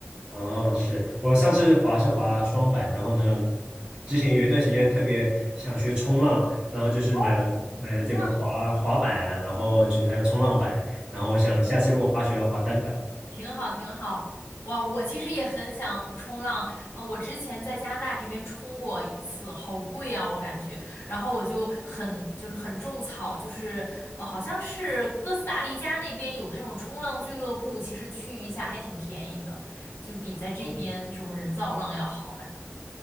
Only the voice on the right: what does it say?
哦，是我上次滑是滑双板，然后呢，之前有一段时间特别想学冲浪，然后就是买了买了这个滑滑板，
然后就是还有冲浪板，然后我想下次如果滑雪要滑单板。
哦